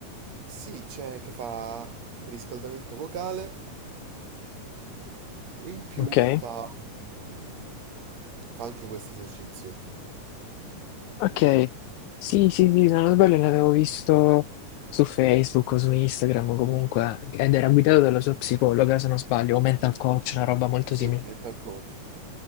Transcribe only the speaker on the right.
Sì, c'è che fa riscaldamento vocale e in più
fa, mm, fa anche questo esercizio.
Sì,
mental coach.